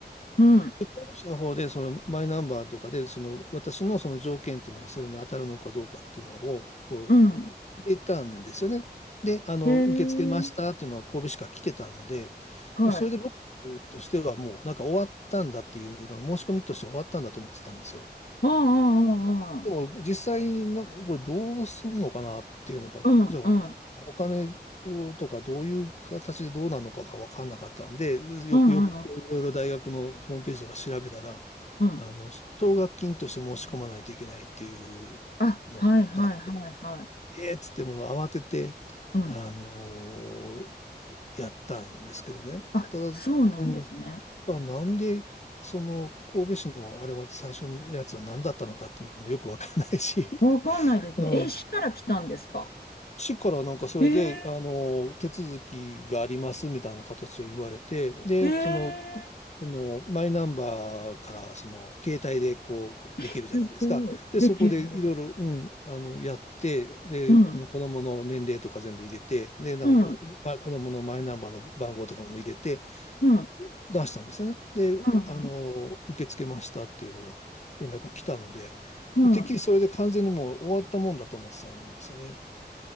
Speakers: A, on the left; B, on the left.
A: うん。うん。
B: で神戸市の方で、そのマイナンバーとかで、その私のその条件っていうのがそれに当たるのかどうかっていうのを、こう、
A: う
B: いい入れたんですよね。で、あの、
A: ん。へえー。
B: 受け付けましたっていうのは神戸市から来てたので、
A: はい。
B: もうそれで僕としてはもうなんか終わったんだっていうのは、申し込みとして終わったんだと思ってたんですよ。
A: ああ、ああ、ああ。
B: でも実際にな、これどうすんのかなっていうのが、
A: うんうん
B: じゃあお金をとかどういう形でどうなのかが分かんなかったんで、よくよくこういろいろ大学のホームページとか調べたら、
A: うんうんうん。う。
B: あの、奨学金として申し込まないといけないっていうのがあって、
A: あ、はいはいはいはい。
B: ええっつってもう慌てて、
A: うん。
B: あのやったんですけどね。
A: あ、
B: ただ、
A: そうなんですね。
B: うんだからなんで、その神戸市のあれは最初のやつは何だったのかっていうのもよくわからないし、
A: わかんないですね。
B: <laughs> うん。
A: え、市から来たんですか
B: 市からなんかそれで、
A: えー、
B: あの、手続きがありますみたいな形を言われて、で、
A: えー、
B: その、そのマイナンバーからその携帯でこうできるじゃないですか。
A: え、すごい。できる。
B: で、そこでいろいろ、うん、あのやって、で、
A: うん。
B: この子供の年齢とか全部入れて、で、なんかこう、
A: うん。
B: まあ、子供のマイナンバーの番号とかも入れて、
A: うん。うん。
B: 出したんですよね。で、
A: うん。
B: あの、受け付けましたっていうのが連絡が来たので、
A: うん。
B: もうてっきりそれで完全にもう終わったもんだと思ってたんですよね。